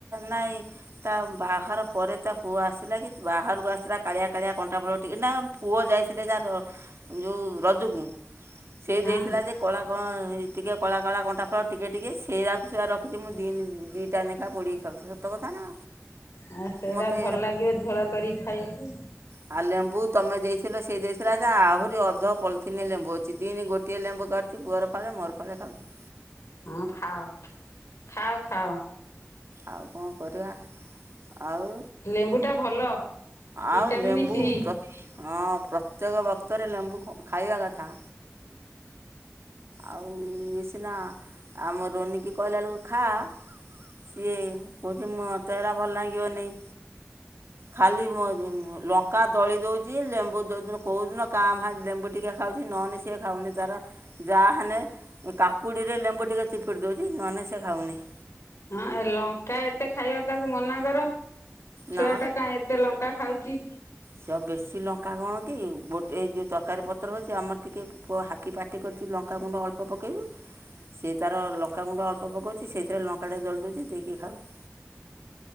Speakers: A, on the right; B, on the left.
A: ନାଇ। ତା ବାହାର ପରେ ତା ପୁଅ ଆସିଲା କି ବାହାରକୁ ଆସିଲା କାଳିଆ କାଳିଆ କଣ୍ଟା ଫଳ ଟିକେ ନା ପୁଅ ଯାଇଥିଲେ ଯାର ଯୋଉ ରଜକୁ। ସେଇ
B: ହଁ
A: ଦେଇଥିଲା ଯେ କଳା କଁ ଟିକେ କଳା କଳା କଣ୍ଟା ଫଳ ଟିକିଏ ଟିକେ ସେରାକୁ ସେଇଆ ରଖିଚି, ମୁଁ ଦିନି ଦିଇଟା ନେଖା ପୋଡ଼ି ଖାଉଚି ସତ କଥା ନା।
B: ଆଉ ସେଇରା
A: ମୋତେ
B: ଭଲ ଲାଗିବ ଝୋଳ କରିକି ଖାଇବାକୁ।
A: ଆ ଲେମ୍ବୁ ତମେ ଦେଇଥିଲ ସେ ଦେଇଥିଲା ଯେ ଆହୁରି ଅଧ ପଲିଥିିନିଏ ଲେମ୍ବୁ ଅଛି। ଦିନି ଗୋଟିଏ ଲେମ୍ବୁ କାଟ ଚି ପୁଅର ଫାଳେ ମୋର ଫାଳେ ଖାଉଚୁ।
B: ହଁ ଖାଅ, ଖାଅ ଖାଅ।
A: ଆଉ କଣ କରିବା ଆଉ?
B: ଲେମ୍ବୁଟା ଭଲ ଭିଟାମିନ୍
A: ଆଉ ଲେମ୍ବୁ
B: ସି
A: ପ୍ର ହଁ ପ୍ରତ୍ୟେକ ବକ୍ତରେ ଲେମ୍ବୁ ଖ- ଖାଇବା କଥା। ଆଉ ଇଏ ସିନା ଆମ ରୋନିକି କହିଲା ବେଳକୁ ଖା ସିଏ କହୁଛୁ ମୋତେ ସେଟା ଭଲ ଲାଗିବନେଇ। ଖାଲି ମ-ଦେ- ଲଙ୍କା ଦଳି ଦଉଚି, ଲେମ୍ବୁ ଯୋଉଦିନ କୋଉଦିନ କାଁ ଭା ଲେମ୍ବୁ ଟିକେ ଖାଉଛି ନନେ ସିଏ ଖାଉନି ତାର। ଯା ହେନେ ଏ କାକୁଡ଼ିରେ ଲେମ୍ବୁ ଟିକେ ଚିପିଡ଼ି ଦଉଚି ନନେ ସେ ଖାଉନି।
B: ହଁ ଏ ଲଙ୍କା ଏତେ ଖାଇବା ତାକୁ ମନା କର। ଛୁଆ
A: ନା
B: ଟା କାଇଁ ଏତେ ଲଙ୍କା ଖାଉଛି?
A: ଚ-ବେଶୀ ଲଙ୍କା କଣ କି ଗୋ ଏ ଯୋଉ ତରକାରୀ ପତ୍ର ହଉଛି ଆମର ଟିକେ ପୁଅ ହା କିି ପାଟି କରିଚି ଲଙ୍କାଗୁଣ୍ଡ ଅଳ୍ପ ପକେଇବୁ। ସିଏ ତାର ଲଙ୍କାଗୁଣ୍ଡ ଅଳ୍ପ ପକଉଛି, ସେଇଥିରେ ଲଙ୍କାଟେ ଦଳି ଦଉଚି ଦେଇକି ଖାଉଚି।